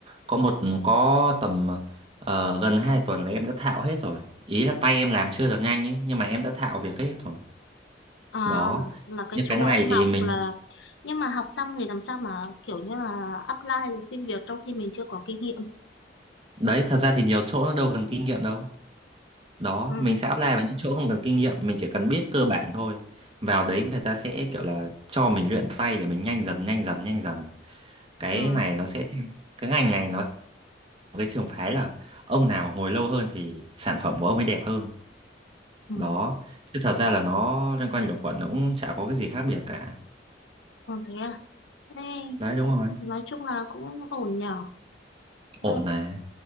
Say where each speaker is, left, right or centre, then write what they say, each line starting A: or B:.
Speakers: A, on the right (about 30°); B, on the left (about 85°).
A: có một có tầm ờ, gần 2 tuần là em đã thạo hết rồi ý là tay em làm chưa được nhanh ấy nhưng mà em đã thạo việc hết rồi
B: À,
A: đó
B: là cái
A: Như
B: chỗ
A: cái này
B: em
A: thì
B: học
A: mình
B: là nhưng mà học xong thì làm sao mà kiểu như là apply rồi xin việc trong khi mình chưa có kinh nghiệm.
A: đấy thật ra thì nhiều chỗ nó đâu cần kinh nghiệm đâu đó
B: Ừ,
A: mình sẽ apply vào những chỗ không cần kinh nghiệm mình chỉ cần biết cơ bản thôi vào đấy người ta sẽ kiểu là cho mình luyện tay để mình nhanh dần nhanh dần nhanh dần cái
B: ừ,
A: này nó sẽ theo cái ngành này nó cái trường phái là ông nào ngồi lâu hơn thì sản phẩm của ông ấy đẹp hơn
B: ừ.
A: đó chứ thật ra là nó loanh quanh luẩn quẩn nó cũng chả có cái gì khác biệt cả
B: Còn thế à? Ê,
A: đấy đúng rồi
B: nói chung là cũng ổn nhở. À,
A: ổn mà